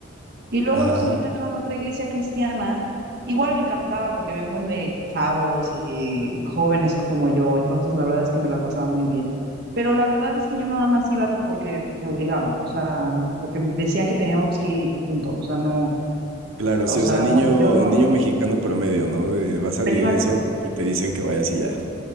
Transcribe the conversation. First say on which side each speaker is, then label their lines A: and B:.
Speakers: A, on the right; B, on the right.
A: Y luego
B: ajá,
A: nos
B: ajá.
A: invitaron a otra iglesia cristiana. Igual me encantaba porque había un buen de chavos y jóvenes como yo, entonces la verdad es que me la pasaba muy bien. Pero la verdad es que yo nada más iba porque me obligaban, o sea, porque decían que teníamos que ir y punto, o sea, no.
B: Claro,
A: O
B: sí,
A: sea,
B: o sea, niño,
A: no, yo no,
B: niño mexicano promedio, ¿no? De vas a la
A: exacto.
B: iglesia porque te dicen que vayas y ya.